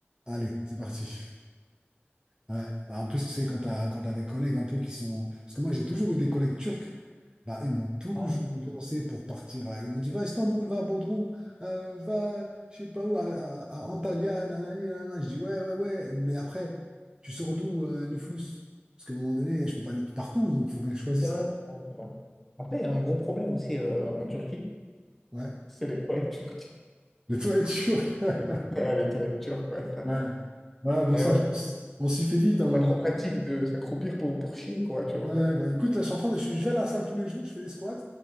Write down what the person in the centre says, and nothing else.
Ah oui.
C'est vrai,
c'est vrai, c'est vrai. Après, il y a un gros problème aussi euh, en Turquie,
c'est les toilettes turques.
<laughs> Ouais, les toilettes turques, ouais.
Et
ouais,
c'est
pas trop pratique de s'accroupir pour, pour chier, quoi, tu vois.